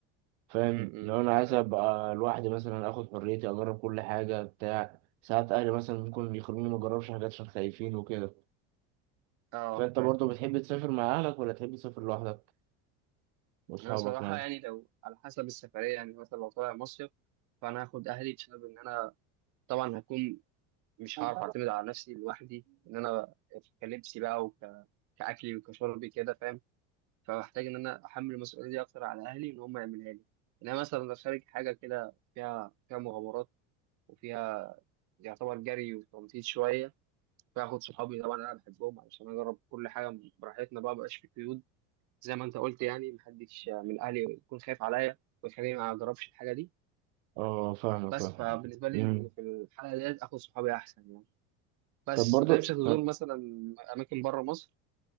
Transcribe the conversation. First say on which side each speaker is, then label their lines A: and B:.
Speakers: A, on the right; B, on the right.
A: فاهم
B: امم
A: لو انا عايز
B: فاهم
A: ابقى لوحدي مثلا اخد حريتي اجرب كل حاجه بتاع ساعات اهلي مثلا ممكن يخلوني ما اجربش حاجات عشان خايفين وكده
B: اه
A: فانت
B: فاهم
A: برضو بتحب تسافر مع اهلك ولا تحب تسافر لوحدك واصحابك
B: انا صراحه يعني لو على حسب السفريه يعني مثلا لو طالع مصيف فانا هاخد اهلي بسبب ان انا طبعا هكون مش
A: مان
B: هعرف اعتمد على نفسي لوحدي ان انا كلبسي بقى وك كاكلي وكشربي كده فاهم فبحتاج ان انا احمل المسؤوليه دي اكتر على اهلي ان هم يعملها لي انما مثلا لو خارج حاجه كده فيها فيها مغامرات وفيها يعتبر جري وتنطيط شويه فاخد صحابي طبعا انا بحبهم علشان اجرب كل حاجه براحتنا بقى مبقاش في قيود زي ما انت قلت يعني محدش من اهلي يكون خايف عليا ويخليني ما اجربش الحاجه دي
A: اه فاهم
B: بس
A: فاهم
B: فبالنسبه لي
A: مم.
B: في الحاله ديت اخد صحابي احسن يعني بس
A: طب برضو
B: أنت نفسك تزور
A: آه،
B: مثلا اماكن بره مصر